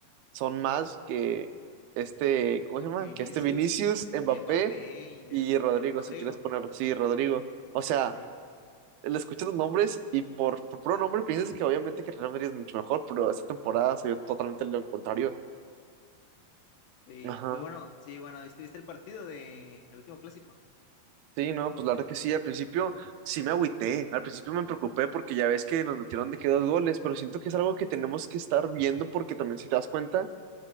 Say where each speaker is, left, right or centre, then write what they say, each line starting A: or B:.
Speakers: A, on the right; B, on the left.
A: son más que este, ¿cómo se llama?
B: que Vinicius,
A: Que este Vinicius, Mbappé
B: Mbappé y
A: y
B: el,
A: Rodrigo,
B: ¿quién es Rodrigo?
A: si quieres ponerlo sí Rodrigo. O sea,
B: Sí, sí, sí.
A: le escuchas los nombres y por, por puro nombre piensas que obviamente que Real Madrid es mucho mejor, pero esta temporada
B: Ajá.
A: se vio totalmente lo contrario.
B: Sí,
A: Ajá.
B: pues bueno, sí, bueno, ¿viste, viste el partido de el último clásico?
A: Sí, no, pues la verdad que sí, al principio sí me agüité, al principio me preocupé porque ya ves que nos metieron de que dos goles, pero siento que es algo que tenemos que estar viendo porque también si te das cuenta,